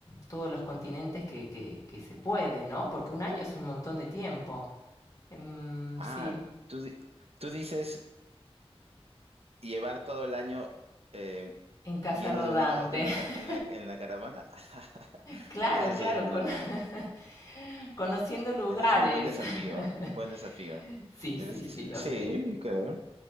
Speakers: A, on the left; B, on the right.
A: todos los continentes que, que que se puede, ¿no? Porque un año es un montón de tiempo. Em,
B: Ah,
A: sí.
B: tú, di- tú dices llevar todo el año. eh,
A: En casa
B: yendo
A: rodante.
B: de un lado a otro en la,
A: <laughs>
B: ca- en la, en la caravana. <laughs>
A: Claro,
B: Ese
A: claro,
B: sí es una,
A: con... <laughs> conociendo lugares.
B: ese es un buen desafío,
A: <laughs>
B: ¿ah? Un buen desafío.
A: Sí,
B: Yo
A: sí,
B: sí,
A: sí,
B: sí,
A: lo
B: sí,
A: sé.
B: creo.